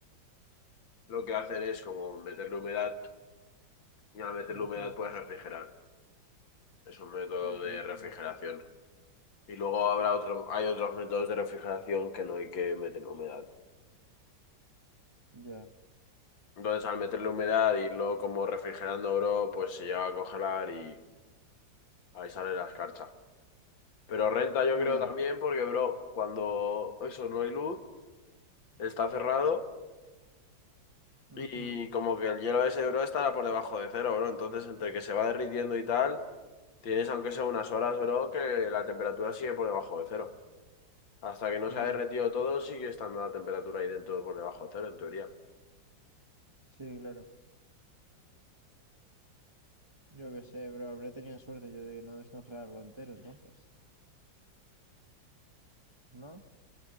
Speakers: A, on the left (about 75°); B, on the right (about 20°).
A: lo que hacen es como meterle humedad y al meterle
B: Ajá.
A: humedad puedes refrigerar. Es un método
B: Fuerte,
A: de
B: épico.
A: refrigeración. Y luego habrá otro, hay otros métodos de refrigeración que no hay que meter humedad.
B: Ya,
A: Entonces, al meterle humedad e irlo como refrigerando, bro, pues se llega a congelar y ahí sale la escarcha. Pero renta yo
B: ya.
A: creo también porque, bro, cuando eso no hay luz, está cerrado
B: ujú,
A: y como que el hielo ese, bro, estará por debajo de cero, bro. Entonces, entre que se va derritiendo y tal, tienes aunque sea unas horas, bro, que la temperatura sigue por debajo de cero. Hasta que no
B: Ya.
A: se ha derretido todo, sigue estando la temperatura ahí dentro por debajo de cero, en teoría.
B: Sí, claro. Yo qué sé, bro, habré tenido suerte yo de no descongelarlo entero entonces, ¿no?